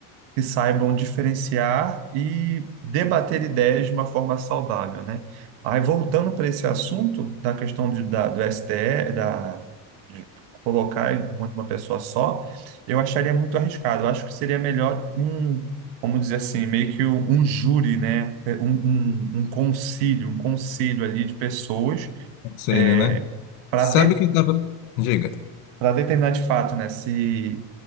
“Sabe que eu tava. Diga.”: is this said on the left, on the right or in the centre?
Left